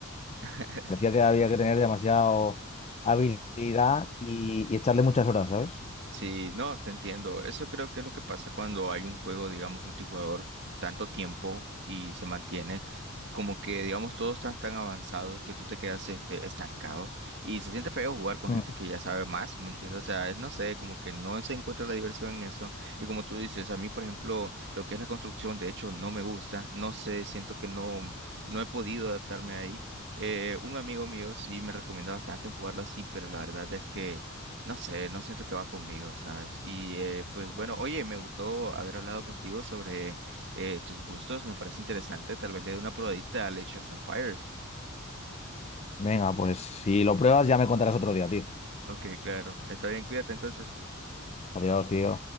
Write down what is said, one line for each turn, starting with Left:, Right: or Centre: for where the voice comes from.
Right: <laughs>
Left: parecía que había que tener demasiado habilidad y, y echarle muchas horas, ¿sabes?
Right: Sí, no, te entiendo. Eso creo que es lo que pasa cuando hay un juego, digamos, multijugador tanto tiempo y se mantiene como que, digamos, todos están tan avanzados que tú te quedas este, estancado y se siente feo jugar con
Left: Mm.
Right: gente que ya sabe más, ¿me entiendes? O sea, es, no sé, como que no se encuentra la diversión en eso. Y como tú dices, a mí, por ejemplo, lo que es la construcción, de hecho, no me gusta, no sé, siento que no, no he podido adaptarme ahí. Eh, un amigo mío sí me recomienda bastante jugarlo así, pero la verdad es que... No sé, no siento que va conmigo, ¿sabes? Y eh, pues bueno, oye, me gustó haber hablado contigo sobre eh, tus gustos, me parece interesante, tal vez le dé una probadita al Age of Empires.
Left: Venga, pues si lo pruebas ya me contarás otro día, tío.
Right: Ok, claro, está bien, cuídate entonces.
Left: Adiós, tío.